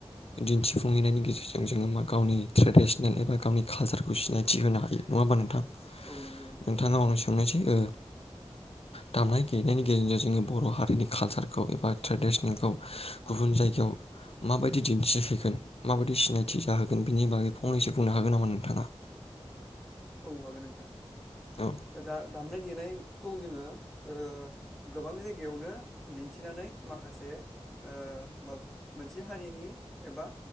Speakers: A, on the left (about 65°); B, in the centre.
A: दिन्थिफुंहैनायनि गेजेरजों जोङो मा गावनि ट्रेडिसनेल एबा गावनि कालसारखौ सिनायथि होनो हायो नङाहोनबा नोंथां।
B: औ नंगौ नोंथां
A: नोंथाङा माबा मोनसे सोंनायसै ओ दामनाय।। देनायनि गेजेरजों जोङो बर' हारिनि कालसारखौ एबा ट्रेडिस्नेलखौ गुबुन जायगायाव माबायदि दिन्थिहोगोन माबायदि सिनायथि जाहोगोन बेनि बागै फंनैसो बुंनो हागोन नामा नोंथाङा?
B: औ हागोन नोंथां।
A: औ
B: दा दामनाय देनायखौ जोङो ओ गोबां जायगायावनो दिन्थिनानै माखासे ओ माव मोनसे हारिनि एबा